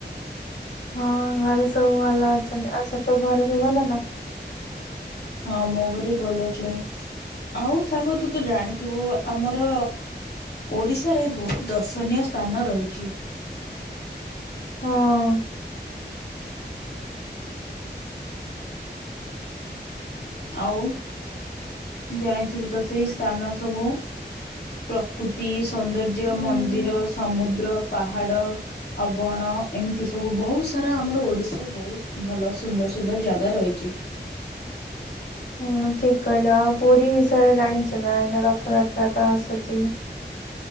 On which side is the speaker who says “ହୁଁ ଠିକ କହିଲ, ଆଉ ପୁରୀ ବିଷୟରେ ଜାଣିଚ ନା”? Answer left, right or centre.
Left